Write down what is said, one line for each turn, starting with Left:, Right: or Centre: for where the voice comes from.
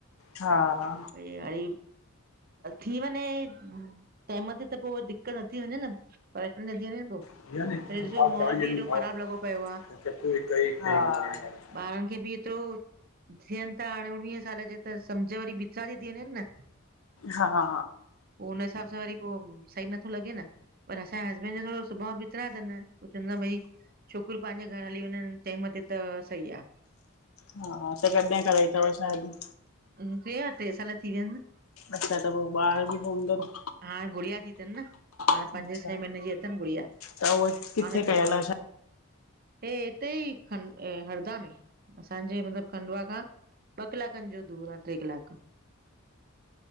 Left: हा
Right: भई वरी थी वञे टाईमु ते त पोइ दि दिक्क़त न थी वञे न, परेशानी नथी वञे न पोइ।
Left: हा
Right: वरी ॾिसो माहौल बि एॾो ख़राब लॻो पियो
Left: <unintelligible>
Right: आहे ॿारनि खे बि एतिरो थियनि था हाणे उणिवीह साल जा त सम्झ वरी विसार <unintelligible> थी वञेनि न
Left: हा
Right: पोइ हुनन हिसाब सां वरी पोइ सही नथो लॻे न पर असांजे हसबैंड जो थोरो सुभाणउ ॿितरा अथनि हू चवंदा भई छोकिरियूं पंहिंजे घर हली वञनि टाइम ते त सही आहे
Left: हा त कॾहिं <unintelligible> रही तव साली
Right: उनटीह टीह साल थी विया आहिन
Left: अच्छा त पोइ ॿार बि हुंदव
Right: हा गुड़िया थी हाणे
Left: अच्छा
Right: पंजे छह महीने जी अथनि गुड़िया
Left: त उहो किथे
Right: हाणे
Left: कयल
Right: थ
Left: आहे
Right: हे हिते ई खं हरदा में असांजे मतिलबु खंडवा खां ॿ कलाकनि जो दूर आहे टे कलाक